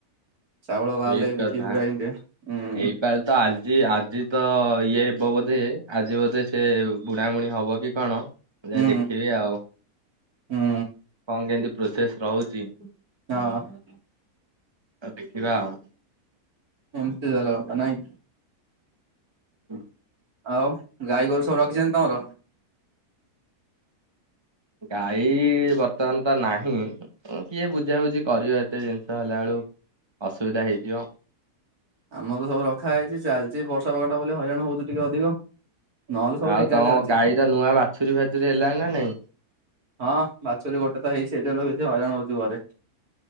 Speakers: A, on the right; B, on the right.
A: ଚାଉଳ ବାହାରିଲେ
B: ଠିକ କଥା
A: ବିକି ବୁକାକୀ ନି ଦେବେ।
B: ଏଇପାଳି ତ ଆଜି ଆଜି ତ ଇଏ ହେବ ବୋଧେ ଆଜି ବୋଧେ ସେ ବୁଣାବୁଣି ହବକି କଣ ମୁଁ ଯାଇ
A: ହୁଁ
B: ଦେଖିବି ଆଉ
A: ହୁଁ
B: କଣ କେନ୍ତି ପ୍ରୋସେସ୍ ରହୁଛି
A: ହଁ।
B: ଆଉ ଦେଖିବା ଆଉ।
A: ଏମତି ତାହେଲେ କଥା ନାଇଁ।
B: ହଁ
A: ଆଉ ଗାଈ ଗୋରୁ ସବୁ ରଖିଛନ୍ତି ତମର?
B: ଗାଈ ବର୍ତ୍ତମାନ ତ ନାହିଁ କିଏ ବୁଝାବୁଝି କରିବ ଏତେ ଜିନିଷ ହେଲା ଏଳୁକୁ ଅସୁବିଧା ହେଇଯିବ।
A: ଆମର ତ ସବୁ ରଖା ହେଇଛି ଚାଲିଛି ବର୍ଷା ପାଗଟା ବୋଲି ହଇରାଣ ହଉଛି ଟିକେ ଅଧିକ। ନହେଲେ ସବୁ
B: ଆଉ
A: ଠିକ ଠାକ
B: ତମ
A: ଚାଲିଛି।
B: ଗାଈର ନୂଆ ବାଛୁରୀ ଫାଛୁରୀ ହେଲାଣି ନା ନାଇଁ?
A: ହଁ ବାଛୁରୀ ଗୋଟେତ ହେଇ ସେଇଥିପାଇଁତ ବେଶୀ ହଇରାଣ ହଉଛୁ ଘରେ।